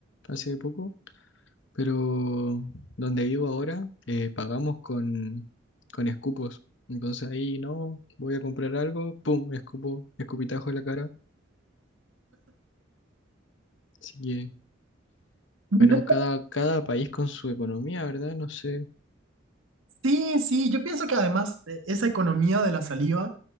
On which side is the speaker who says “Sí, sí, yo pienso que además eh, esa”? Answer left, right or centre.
Right